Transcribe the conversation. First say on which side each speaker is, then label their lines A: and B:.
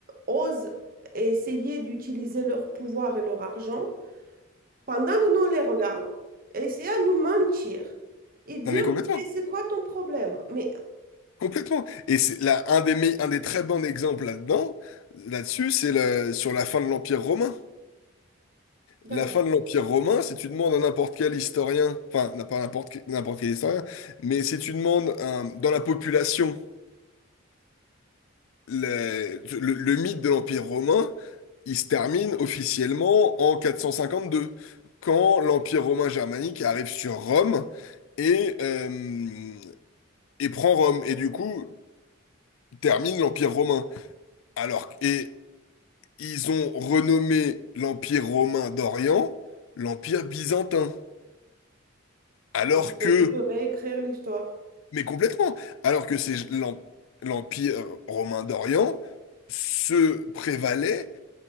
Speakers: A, on the right; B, on the left.
A: osent essayer d'utiliser leur pouvoir et leur argent pendant que nous, on les regarde, et essayer à nous mentir et dire
B: non, mais complètement.
A: que c'est quoi ton problème? Mais
B: Complètement. Et c'est là, un des, me- un des très bons exemples là-dedans, là-dessus, c'est le, sur la fin de l'Empire romain.
A: d'accord,
B: La fin de l'Empire romain, si tu demandes à n'importe quel historien, enfin, n'a pas n'importe que- n'importe quel historien, mais si tu demandes euh, dans la population le, le- le mythe de l'Empire romain, il se termine officiellement en 452, quand l'Empire romain germanique arrive sur Rome et, euh, et prend Rome, et du coup termine l'Empire romain. Alors, et ils ont renommé l'Empire romain d'Orient l'Empire byzantin. Alors
A: donc ils
B: que,
A: ont voulu réécrire l'histoire.
B: mais complètement, alors que c'est l'Em- l'Empire romain d'Orient se prévalait